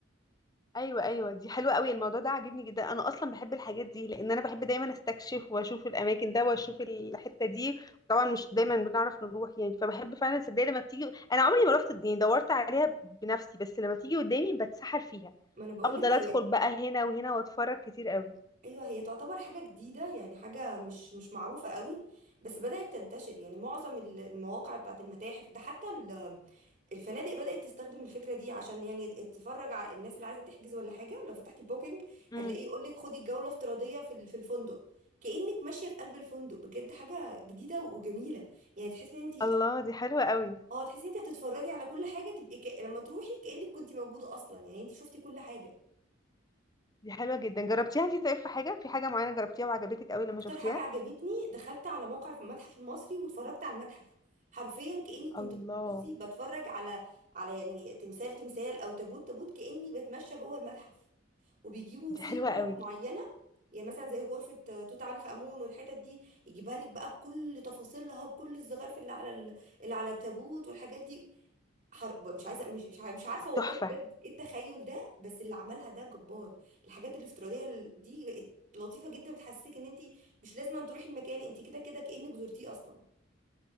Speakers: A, on the left; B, on the right.
A: ايوه ايوه دي حلوه قوي الموضوع ده عاجبني جدا انا اصلا بحب الحاجات دي لان انا بحب دايما استكشف واشوف الاماكن ده واشوف الحته دي طبعا مش دايما بنعرف نروح يعني فبحب فعلا صدق لما بتيجي انا عمري ما رحت يعني دورت عليها بنفسي بس لما بتيجي قدامي بتسحر فيها
B: ما انا بقول
A: افضل
B: لك هي
A: ادخل بقى هنا وهنا واتفرج كتير قوي
B: ايوه هي تعتبر حاجه جديده يعني حاجه مش مش معروفه قوي بس بدات تنتشر يعني معظم ال- المواقع بتاعت المتاحف ده حتى ال- الفنادق بدات تستخدم الفكره دي عشان يعني تفرج على الناس اللي عايزه تحجز ولا حاجه لو فتحتي بوكينج
A: امم
B: هتلاقيه يقول لك خدي الجوله افتراضيه في ال- في الفندق كانك ماشيه في قلب الفندق بجد حاجه جديده وجميله يعني تحسي ان انت
A: الله دي حلوه قوي
B: اه تحسي ان انت هتتفرجي على كل حاجه تبقي ك... لما تروحي كانك كنت موجوده اصلا يعني انت شفتي كل حاجه
A: دي حلوه جدا جربتيها انت طيب في حاجه في حاجه معينه جربتيها وعجبتك قوي لما
B: اكتر
A: شفتيها
B: حاجه عجبتني دخلت على موقع في المتحف المصري واتفرجت على المتحف حرفيا كاني كنت
A: الله
B: بصي بتفرج على على يعني تمثال تمثال او تابوت تابوت كاني بتمشى جوه المتحف وبيجيبوا
A: دي
B: فيه
A: حلوه
B: غرف
A: قوي
B: معينه يعني مثلا زي غرفه آه، توت عنخ امون والحتت دي يجيبها لك بقى بكل تفاصيلها بكل الزخارف اللي على ال- اللي على التابوت والحاجات دي حر... مش عايزه مش مش عارفة- مش عارفه
A: دي
B: والله
A: تحفه
B: بجد ايه التخيل ده بس اللي عملها ده جبار الحاجات الافتراضيه ال- دي بقت لطيفه جدا بتحسسك ان انت مش لازم أن تروحي المكان انت كده كده كأنك زرتيه اصلا